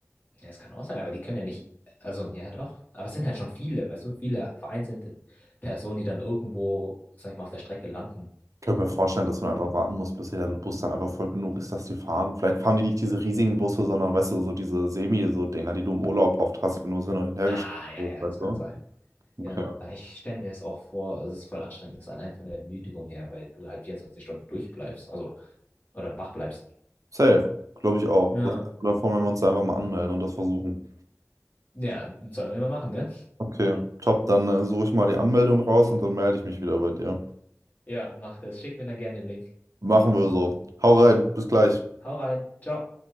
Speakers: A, on the left (about 30°); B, on the right (about 85°).
A: Ja, das kann auch sein, aber die können ja nicht, also ja doch, aber es sind halt schon viele, weißt du, viele vereinzelte Personen, die dann irgendwo, sag ich mal, auf der Strecke landen.
B: Ich könnte mir vorstellen, dass man einfach warten muss, bis der Bus dann einfach voll genug ist, dass die fahren. Vielleicht fahren die nicht diese riesigen Busse, sondern, weißt du, so diese Semi-so-Dinger, die du im Urlaub oft hast, wenn du sie noch hinterhergeschickt
A: Ah, ja,
B: wirst,
A: ja,
B: weißt
A: das kann
B: du?
A: sein.
B: Okay.
A: Ja, aber ich stelle mir es auch vor, es ist voll anstrengend, ist allein von der Ermüdung her, weil du halt 24 Stunden durchbleibst, also, oder wach bleibst.
B: Safe, glaube ich auch.
A: Ja,
B: Was hältst du davon, wenn wir uns einfach mal anmelden und das versuchen?
A: ja, sollen wir mal machen, ne?
B: Okay, top, dann äh, suche ich mal die Anmeldung raus und dann melde ich mich wieder bei dir.
A: Ja, mach das. Schick mir dann gerne den Link.
B: Machen wir so. Hau rein, bis gleich.
A: Hau rein. Ciao.